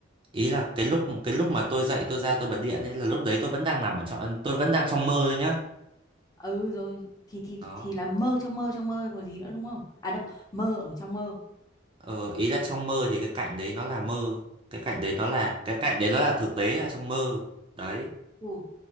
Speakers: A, on the right; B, on the left.
A: ý là cái lúc cái lúc mà tôi dậy tôi ra tôi bật điện ấy là lúc đấy tôi vẫn đang nằm ở trong tôi vẫn đang trong mơ thôi nhá
B: ừ rồi thì thì
A: đó
B: thì là mơ trong mơ trong mơ còn gì nữa đúng không à đâu mơ ở trong mơ
A: ờ, ý là trong mơ thì cái cảnh đấy nó là mơ cái cảnh đấy nó là cái cảnh đấy nó là thực tế ở trong mơ đấy
B: Ủa,